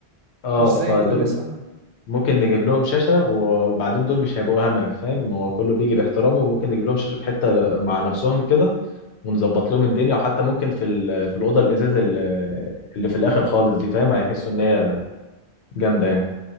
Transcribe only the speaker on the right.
مش
زي كل سنة